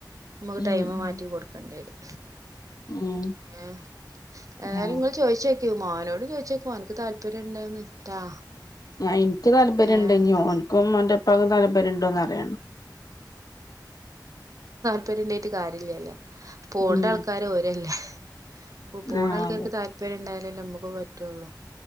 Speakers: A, on the right; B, on the left.
A: നമുക്ക്
B: ഉം
A: ടൈമ്
B: ഉം
A: മാറ്റി കൊടുക്കേണ്ടിരും
B: ഉം
A: ഏ എതായാലും
B: ആഹ്
A: ങ്ങൾ ചോയ്ച്ചോക്കി മോനോട് ചോയ്ച്ചോക്ക് ഓൻക്ക് താല്പര്യം ഉണ്ടോന്ന് ട്ടാ
B: ഞാൻ ഇൻക്ക് താല്പര്യണ്ട്
A: ഏഹ്
B: ഞോൻ ക്കും ഓന്റെ പ്പാക്കും താല്പര്യം ഉണ്ടോന്ന് അറിയണം
A: താല്പര്യണ്ടായിട്ട് കാര്യല്ലല്ലോ പോണ്ട
B: ഉം
A: ആൾക്കാര് ഓരല്ലേ ഓ പോണ
B: ആഹ്
A: ആൾക്കാർക്ക്
B: അതെ
A: താല്പര്യം ഇണ്ടായാലല്ലേ നമ്മക്കും പറ്റുള്ളൂ